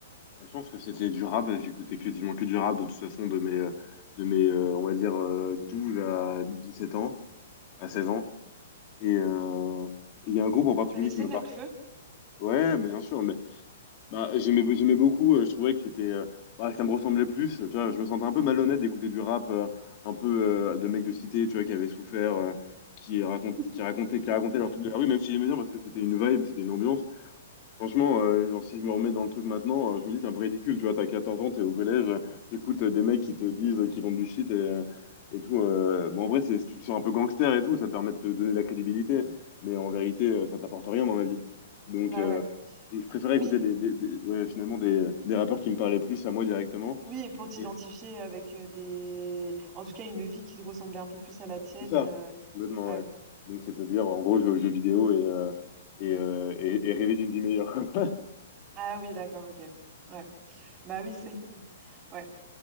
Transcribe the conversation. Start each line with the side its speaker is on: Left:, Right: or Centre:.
Left: Moi, Je pense que c'était du rap, j'écoutais quasiment que du rap de toute façon de mes, euh, de mes euh, on va dire, euh, 12 à sept ans, à 16 ans. Et euh, il y a un groupe en particulier
Right: Tu connaissais
Left: qui m'a
Right: Nekfeu?
Left: marqué. Ouais, mais bien sûr, mais bah, j'aimais, j'aimais beaucoup, euh, je trouvais que c'était, euh, bah, que ça me ressemblait plus. Tu vois, je me sentais un peu malhonnête d'écouter du rap euh, un peu euh, de mecs de cité, tu vois, qui avaient souffert, euh, qui racontent,
Right: <laughs>
Left: qui racontaient, qui racontaient
Right: Ouais.
Left: leur truc de la rue, même si j'aimais bien parce que c'était une vibe, c'était une ambiance. Franchement, euh, genre, si je me remets dans le truc maintenant, euh, je me dis c'est un peu ridicule, tu vois, t'as 14 ans, t'es au collège, euh, t'écoutes euh, des mecs qui te disent euh, qu'ils vendent du shit et, euh, et tout. euh, bon, en vrai, c'est, tu te sens un peu gangster et tout, ça te permet de te donner de la crédibilité, mais en vérité, euh, ça t'apporte rien dans la vie. Donc,
Right: Bah
Left: euh,
Right: ouais.
Left: donc je préférais
Right: Oui,
Left: écouter des, des- des- ouais, finalement des, des rappeurs qui me parlaient plus à moi directement.
Right: oui, et pour t'identifier
Left: Et
Right: avec euh, des, en tout cas, une vie qui te ressemblait un peu plus à la tienne.
Left: c'est ça,
Right: euh,
Left: complètement,
Right: Ouais.
Left: ouais. Donc, c'est-à-dire, en gros, jouer aux jeux vidéo et, euh, et, euh, et, et rêver d'une vie meilleure. <laughs>
Right: Ah oui, d'accord, ok. Ouais. Bah oui, c'est. <laughs> Ouais.